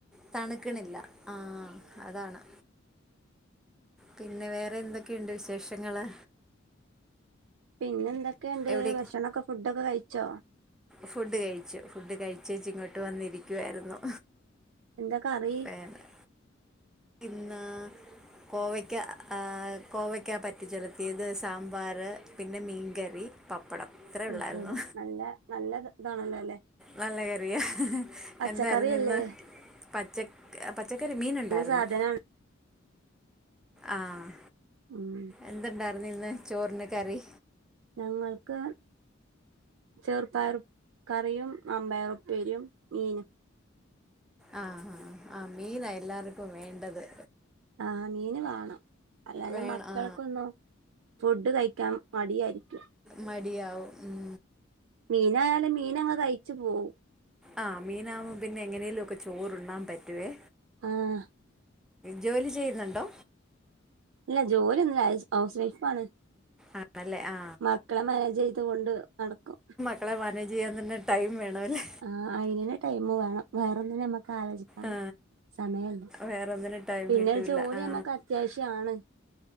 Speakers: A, in the centre; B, on the right.
A: തണ്ക്ക്ണില്ല ആഹ് അതാണ്. പിന്നെ വേറെ എന്തൊക്കെയുണ്ട് വിശേഷങ്ങള്?
B: പിന്നെ എന്തൊക്കെയുണ്ട്
A: എവിടെ
B: ഭക്ഷണൊക്കെ ഫുഡൊക്കെ കഴിച്ചോ?
A: ഫുഡ് കഴിച്ചു ഫുഡ് കഴിച്ചേച്ച് ഇങ്ങോട്ട് വന്നിരിക്കുവായിരുന്നു.
B: എന്താ കറി?
A: <unintelligible> ഇന്ന് കോവയ്ക്ക ഹേ കോവയ്ക്ക പറ്റി ചെലുത്തിയത് സാമ്പാർ പിന്നെ മീൻകറി. പപ്പടം ഇത്രയേ
B: ആഹ്
A: ഉള്ളായിരുന്നു
B: ശരി നല്ല നല്ല ത ഇതാണല്ലോ ല്ലെ?
A: നല്ല കറിയാ
B: പച്ചക്കറിയല്ലേ
A: എന്തായിരുന്നു ഇന്ന്? പച്ച പച്ചക്കറി മീൻ ണ്ടായിരുന്നു.
B: നല്ല സാധനാണ്
A: ആഹ്
B: ഉം
A: എന്തുണ്ടായിരുന്നു ഇന്ന് ചോറിന് കറി?
B: ഞങ്ങൾക്ക് ചെറുപ്പയർക്കറിയും മമ്പയറുപ്പേരിയും മീൻ
A: ആഹ് ആഹ് ആഹ് മീന എല്ലാർക്കും വേണ്ടത്.
B: ആഹ് മീന് വാണം അല്ലാഞ്ഞാ
A: വേണം
B: മക്കൾക്കൊന്നു.
A: ആ
B: ഫുഡ് കഴിക്കാൻ മടിയായിരിക്കും.
A: മടിയാവും ഉം
B: മീനായാലും മീനങ്ങ് കയ്ച്ച് പോവും.
A: ആഹ് മീനാകു പിന്നെ എങ്ങനെലും ഒക്കെ ചോറ്ണ്ണാൻ പറ്റുവേ.
B: ആഹ്
A: ജോലി ചെയ്യുന്നുണ്ടോ
B: ഇല്ല ജോലി ഒന്നും ഹൗസ് വൈഫ് ആണ്
A: ആണല്ലേ ആ
B: മക്കളെ മാനേജ് ചെയ്ത് കൊണ്ട് നടക്കും
A: മക്കളെ മാനേജ് ചെയ്യാൻ തന്നെ ടൈം വേണമല്ലേ
B: ആഹ് അയിനന് ടൈം വേണം വേറെന്നും നമ്മക്ക് ആലോചിക്കാൻ
A: ആ
B: സമയല്ല
A: വേറൊന്നിനും ടൈം
B: പിന്നെ
A: കിട്ടൂല്ല
B: ജോലി
A: ആ
B: നമ്മക്ക് അത്യാവശ്യാണ്